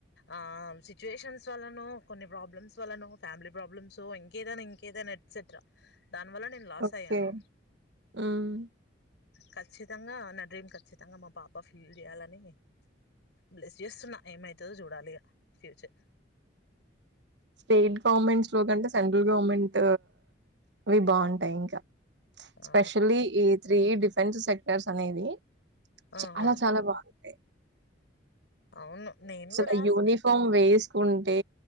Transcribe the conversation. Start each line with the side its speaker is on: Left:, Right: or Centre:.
Left: ఆ సిచ్యుయేషన్స్ వల్లనో కొన్ని ప్రాబ్లమ్స్ వల్లనో ఫ్యామిలీ ప్రాబ్లమ్స్ ఇంకేదైనా ఇంకే ఏదన్న ఎక్సెట్రా దాని వల్ల నేను లాస్
Right: ఓకే.
Left: అయ్యాను
Right: హ్మ్.
Left: ఖచ్చితంగా నా డ్రీమ్ ఖచ్చితంగా మా పాప ఫిల్ చేయాలని బ్లెస్ చేస్తున్నా ఏమైతుందో చూడాలిగా ఫ్యూచర్
Right: స్టేట్ గవర్నమెంట్స్ లో కంటే సెంట్రల్ గవర్నమెంట్ అవి బాగుంటాయి ఇంకా
Left: ఆ
Right: స్పెషల్లీ ఈ త్రీ డిఫెన్స్ సెక్టర్స్ అనేవి
Left: ఆ
Right: చాలా
Left: ఆ
Right: చాలా బాగుంటాయి
Left: అవును నేను
Right: అసలు
Left: కూడా
Right: యూనిఫామ్ వేసుకుం అంటే